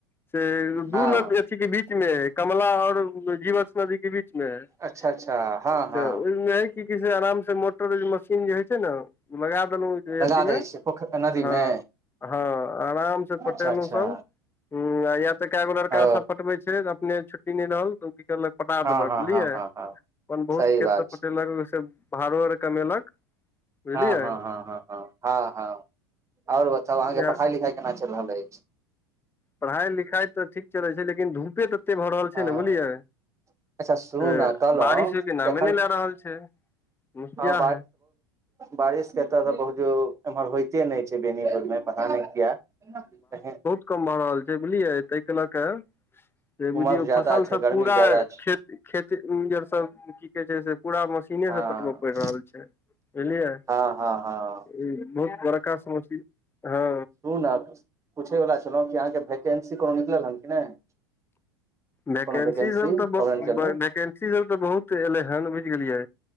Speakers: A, on the left; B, on the right.
A: से दू
B: हँ
A: नदी अथी के बीच में है कमला और जीवछ नदी के बीच बीच मे
B: अच्छा अच्छा हँ हँ
A: ओहिमे <unintelligible> की कहै छै आराम से मोटर मशीन जे हइ छै ने लगा देलहु
B: लगा
A: हँ
B: दै छियै पोखरि नदी मे
A: हँ आराम से पटेलहुँ
B: अच्छा अच्छा
A: सब ह या तऽ कएगो लड़का
B: ओ
A: सब पटबे छै अपने छुट्टी नहि रहल तऽ ओ की कहलक पटा
B: हँ
A: देलक
B: हँ
A: बुझलियै
B: हँ
A: अपन
B: हँ हँ
A: बहुत
B: सही
A: खेत
B: बात
A: से
B: छै
A: पटेलक ओहिस भाड़ो ओर कमेलक बुझलियै
B: हँ हँ हँ हँ हँ हँ हँ ओर बताउ अहाँके
A: ह
B: पढ़ाई लिखाई केना चलि रहल अछि
A: पढ़ाई लिखाइ तऽ ठीक चलै छै लेकिन धूपे ततेक भऽ रहल
B: हँ
A: छै ने बुझलियै
B: अच्छा सुनू
A: तऽ
B: ने कहलहुँ
A: बारिश
B: कि
A: होयके नामे
B: एखन
A: नहि लए रहल छै मुखिया
B: हँ
A: हइ
B: बारिश के एतऽ तऽ बहुत एमहर होइते नहि छै बेनीपुर मे पता नहि किया कही
A: म भऽ रहल छै बुझलियै ताहिके लऽ क बुझिय
B: उमस ज्यादा
A: फसल
B: छै
A: सब
B: गर्मी
A: पूरा
B: ज्यादा छै
A: खेत खेती आर सब की कहै छै से पूरा मशीनेसँ
B: हँ
A: कटबय पड़ि रहल छै बुझलियै
B: हँ हँ हँ
A: ई बहुत बड़का समसी हँ
B: सुनु ने पूछैबला छलहुँ कि अहाँके वैकेन्सी कोनो निकलल हन कि नहि
A: वैकेंसी
B: कोनो वैकेन्सी
A: सब तऽ ब
B: गवर्मेन्टमे
A: वैकेंसी सब तऽ बहुत एलै हन बुझि गेलियै